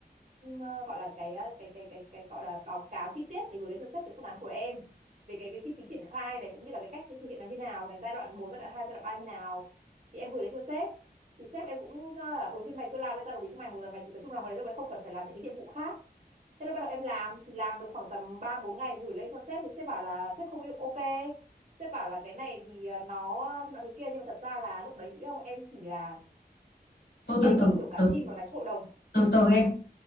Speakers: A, on the right; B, on the left.
A: ờ, gọi là cái ờ, cái cái cái cái gọi là báo cáo chi tiết để gửi lên cho sếp cái phương án của em về cái cái chi phí triển khai này cũng như là cái cách thực hiện nó như nào này giai đoạn một giai đoạn 2 giai đoạn 3 như nào thì em gửi đến cho sếp thì sếp em cũng nói là ừ thì mày cứ làm đi tao đồng ý cho mày một tuần mày chỉ tập trung làm cái đấy thôi mày không cần phải làm những cái nhiệm vụ khác thế là bắt đầu em làm thì làm được khoảng tầm ba bốn ngày gửi lên cho sếp thì sếp bảo là sếp không yêu ok sếp bảo là cái này thì ờ, nó thế nào thế kia nhưng mà thật ra là lúc đấy chị biết không em chỉ là
B: tôi
A: em
B: từ từ
A: bị kiểu cả
B: từ
A: team nó đánh hội đồng
B: từ từ em